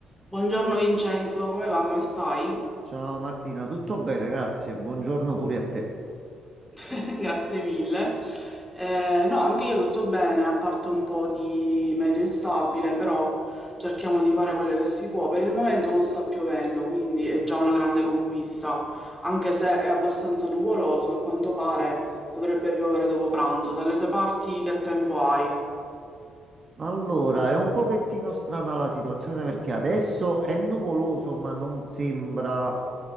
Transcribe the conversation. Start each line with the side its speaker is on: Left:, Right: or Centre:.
Centre: Buongiorno Vincenzo, come va? Come stai?
Right: Ciao Martina, tutto bene? Grazie. Buongiorno pure a te.
Centre: <laughs> Grazie mille. Eh, no, anche io tutto bene, a parte un po' di meteo instabile, però cerchiamo di fare quello che si può. Per il momento non sta piovendo, quindi è già una grande conquista, anche se è abbastanza nuvoloso, a quanto pare dovrebbe piovere dopo pranzo. Dalle tue parti che tempo hai?
Right: Allora, è un pochettino strana la situazione perché adesso è nuvoloso, ma non sembra